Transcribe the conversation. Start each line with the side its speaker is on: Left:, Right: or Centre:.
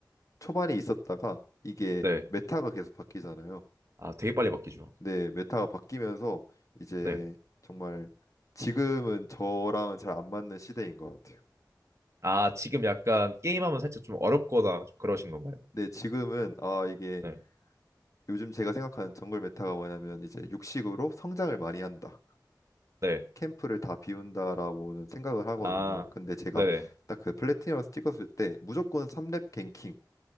Left: 초반에 있었다가 이게
Right: 네.
Left: 메타가 계속 바뀌잖아요.
Right: 아, 되게 빨리 바뀌죠.
Left: 네, 메타가 바뀌면서 이제
Right: 네.
Left: 정말 지금은 저랑은 잘 안 맞는 시대인 것 같아요.
Right: 아, 지금 약간 게임하면 살짝 좀 어렵거나 그러신 건가요?
Left: 네, 지금은 아 이게
Right: 네.
Left: 요즘 제가 생각하는 정글 메타가 뭐냐면 이제 육식으로 성장을 많이 한다.
Right: 네.
Left: 캠프를 다 비운다라고는 생각을 하거든요.
Right: 아,
Left: 근데 제가
Right: 네네.
Left: 딱 그 플래티넘에서 찍었을 때 무조건 3렙 갱킹